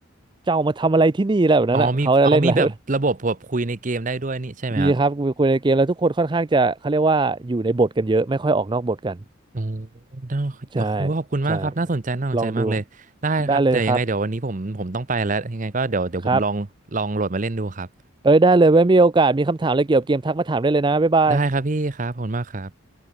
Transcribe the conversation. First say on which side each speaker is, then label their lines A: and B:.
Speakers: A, on the right; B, on the right.
A: เจ้ามาทำอะไรที่นี่อะไรแบบนั้นอะเขาจะเล่นแล้ว
B: อ๋อมีอ๋อมีแบบระบบแบบคุยในเกมได้ด้วยนี่ใช่ไหมครับ
A: มีครับคุยในเกมแล้วทุกคนค่อนข้างจะเขาเรียกว่าอยู่ในบทกันเยอะไม่ค่อยออกนอกบทกัน
B: โอ้น่าโอ้โหขอบคุณมากครับน่าสนใจน่าสนใจมากเลย
A: ใช่ใช่ลองดู
B: ได้ครับเดี๋ยวยังไงเดี๋ยววันนี้ผมผมต้องไปแล้ว
A: ได้เลยครับ
B: ยังไงก็เดี๋ยวเดี๋ยวผมลอง
A: ครับ
B: ลองโหลดมาเล่นดูครับ
A: เอ้ยได้เลยไว้มีโอกาสมีคำถามอะไรเกี่ยวกับเกมทักมาถามได้เลยนะบ๊ายบาย
B: ได้ครับพี่ครับขอบคุณมากครับ